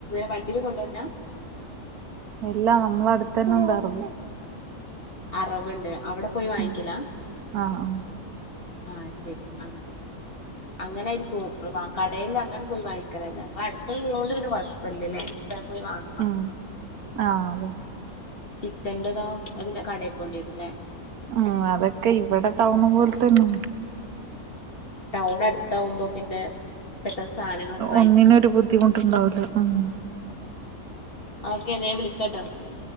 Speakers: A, on the left; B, on the right.
A: വണ്ടിയില് കൊണ്ടാർണോ
B: ഇല്ല നമ്മള് അടുത്തന്നെ ഉണ്ടാർന്ന്
A: അറവ്ണ്ട് അവിടെ പോയി വാങ്ങിക്കാല
B: ഉം ആഹ് ആഹ്
A: ആഹ് ശരി അങ്ങനെ. അങ്ങനര്ക്കും <unintelligible> കടയിൽ അങ്ങനെ പോയി വാങ്ങിക്കലല്ല ങ്ങള അടുത്ത്ള്ളോണ്ട് പിന്നെ കുഴപ്പല്ല്യല്ലേ പൊയ് വാങ്ങാ
B: ഉം ആഹ് അതെ
A: ചിക്കന്റെതോ, അത്, പിന്നെ, കടേൽ, പോണ്ടി, വരും, ല്ലേ?
B: ഉം, അതൊക്കെ, ഇവിടെ, ടൗൺ, പോലെ, തന്നെ.
A: ടൗൺ, അടുത്തവുമ്പോ, പിന്നെ പെട്ടെന്ന് സാധനങ്ങളൊക്കെ വാങ്ങിക്കും
B: ഒന്നിനൊരു, ബുദ്ധിമുട്ടുണ്ടാവൂല്ല, ഉമ്മ്.
A: ആ, ഓക്കെന്നാൽ, ഞാൻ വിളിക്കാട്ടോ, ക്ക്